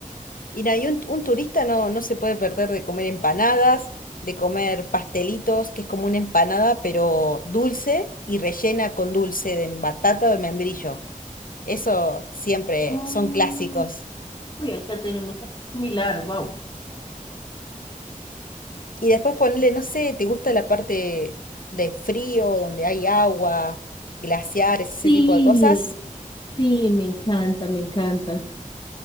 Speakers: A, on the left (about 85°); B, on the left (about 35°).
A: Mira, y un, un turista no, no se puede perder de comer empanadas, de comer pastelitos, que es como una empanada, pero dulce y rellena con dulce de batata o de membrillo. Eso siempre
B: Oh.
A: son clásicos.
B: Uy, acá tenemos algo similar, wow.
A: Y después ponerle, no sé, ¿te gusta la parte de frío, donde hay agua, glaciares, ese
B: Sí,
A: tipo de cosas?
B: sí, me encanta, me encanta.